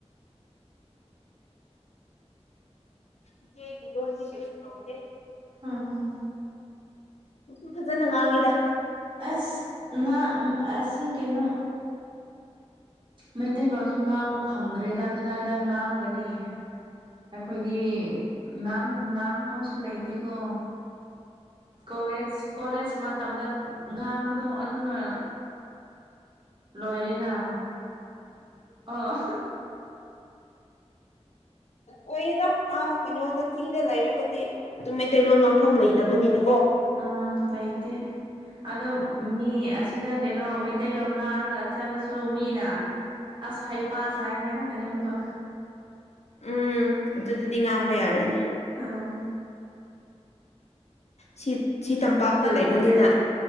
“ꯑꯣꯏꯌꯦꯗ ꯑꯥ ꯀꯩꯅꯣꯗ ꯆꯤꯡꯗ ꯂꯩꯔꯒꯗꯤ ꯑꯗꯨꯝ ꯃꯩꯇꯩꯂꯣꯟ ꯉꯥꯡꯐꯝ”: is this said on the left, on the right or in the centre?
Left